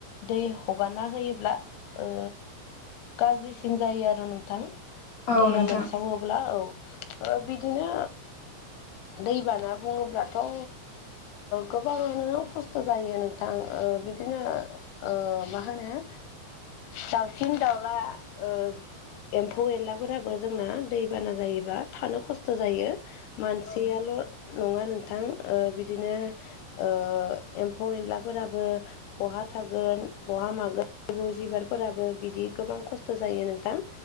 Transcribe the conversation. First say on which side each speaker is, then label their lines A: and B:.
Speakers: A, on the left; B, on the left.
A: दै हगारना होयोब्ला ओ गाज्रिसिन जायो आरो नोंथां
B: औ
A: दैया
B: नोंथां
A: लोमसावोब्ला औ। ओ बिदिनो दैबाना बुङोब्लाथ' ओ गोबाङानो खस्थ' जायो नोंथां ओ बिदिनो ओ मा होनो दाउसिन दाउला ओ एम्फौ एनलाफोराबो जोंना दैबाना जायोब्लाा थानो खस्थ' जायो। मानसियाल'
B: औ
A: नङा नोंथां ओ बिदिनो ओ एम्फौ एनलाफोराबो बहा थागोन बहा मागोन जिबौ जिबारफोराबो बिदि गोबां खस्थ' जायो नोंथां